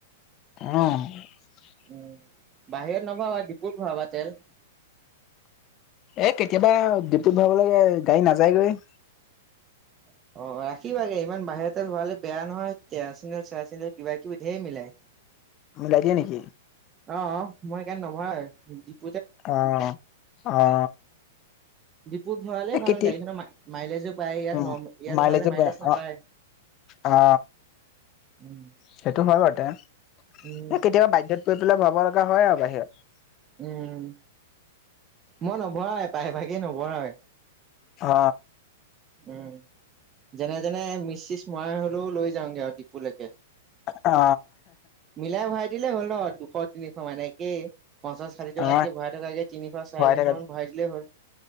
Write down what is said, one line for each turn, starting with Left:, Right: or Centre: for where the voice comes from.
Left: অ'।
Right: উম, বাহিৰত নভৰাবা ডিপুত ভৰাবা তেল
Left: এ কেতিয়াবা ডিপুত ভৰাব লাগে গাড়ী নাযায়গৈ।
Right: অ, ৰাখিবাগে ইমান বাহিৰাতেল ভৰালে বেয়া নহয় কেৰাচিনেল চেৰাচিনেল কিবা কিবি ধেৰ মিলাই।
Left: মিলাই দিয়ে নেকি?
Right: অ, মই সেইকাৰণে নভৰাও।
Left: অ, অ।
Right: ডিপুত ভৰালে
Left: এ
Right: ভাল
Left: কেতিয়া
Right: গাড়ীখনৰ মাইলেজো পায় ইয়াত
Left: উম
Right: ন ইয়াত
Left: মাইলেজো
Right: ভৰালে মাইলেজ
Left: পায়
Right: নাপায়।
Left: অ অ,
Right: উম,
Left: সেইটো হয় বাৰুতে এ
Right: উম,
Left: কেতিয়াবা বাধ্যত পৰি পেলাই ভৰাব লগা হয় আৰু বাহিৰত।
Right: উম, মই নভৰাও প্ৰায় ভাগে নভৰাৱে।
Left: অ।
Right: উম, যেনে তেনে মিচ চিচ মৰা হলেও লৈ যাওঁগে আৰু ডিপুলৈকে।
Left: অ।
Right: মিলাই ভৰাই দিলে হ'ল ন দুশ, তিনিশ এনেকেই। পঞ্চাশ ষাঠিটকাতকৈ
Left: অ
Right: ভৰাই থকাতকে তিনিশ, চাৰে
Left: ভৰাই
Right: তিনিশমান
Left: থাকাত
Right: ভৰাই দিলেই হ'ল।